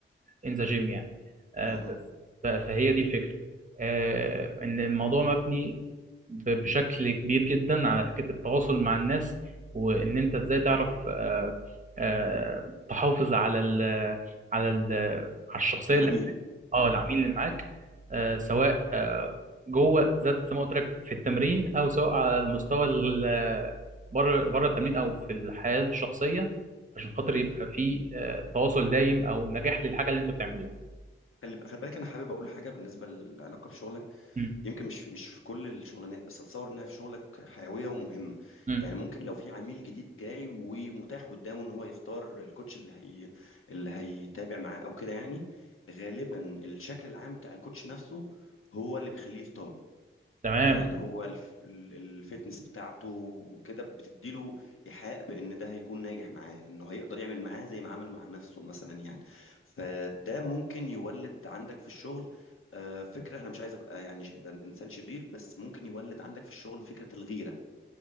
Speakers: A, on the right; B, on the left.
A: إن ذا جيم يعني آه
B: اها
A: ب... ف- فهي دي الفكرة آه إن الموضوع مبني ب- بشكل كبير جدا على فكرة التواصل مع الناس وإن أنت إزاي تعرف آه، آه، تحافظ على ال على ال على الشخصية
B: العميل
A: اللي معاك اه
B: مم.
A: العميل اللي معاك آه، سواء آه، جوه ذات زي ما قلت لك في التمرين أو سواء على المستوى ال- بره بره التمرين أو في الحياة الشخصية عشان خاطر يبقى في آه، تواصل دايم أو نجاح للحاجة اللي أنتوا بتعملوها
B: خلي خلي بالك انا حابب اقول حاجه بالنسبه للعلاقه بشغلك
A: م-
B: يمكن مش مش في كل الشغلانات بس اتصور انها في شغلك حيويه ومهمه
A: م.
B: يعني ممكن لو في عميل جديد جاي ومتاح قدامه ان هو يختار الكوتش اللي هي اللي هيتابع معاه او كده يعني غالبا الشكل العام بتاع الكوتش نفسه هو اللي بيخليه يختاره
A: تمام
B: يعني هو الف- ال- الفتنس بتاعته وكده بتديله إيحاء بإن ده هيكون ناجح معاه إنه هيقدر يعمل معاه زي ما عمل مع نفسه مثلا يعني فده ممكن يولد عندك في الشغل آه، فكرة أنا مش عايز أبقى يعني ش- أبقى إنسان شرير بس ممكن يولد عندك في الشغل فكرة الغيرة